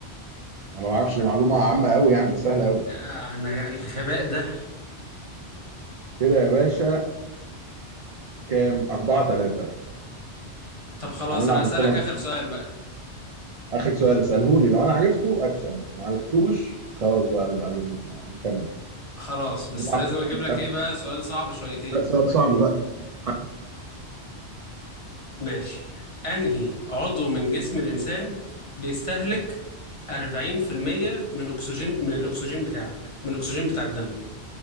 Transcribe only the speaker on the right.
انا ما اعرفش دي معلومه عامه قوي يعني دي سهله قوي
كده يا باشا كام أربعة ثلاثة
هنلعب
الفورة
آخر سؤال اسأله لي لو أنا عرفته أكسب ما عرفتوش خلاص بقى نبقى ن- نكمل
نلعب
الفورة من
خمسة
ده سؤال صعب بقى حقك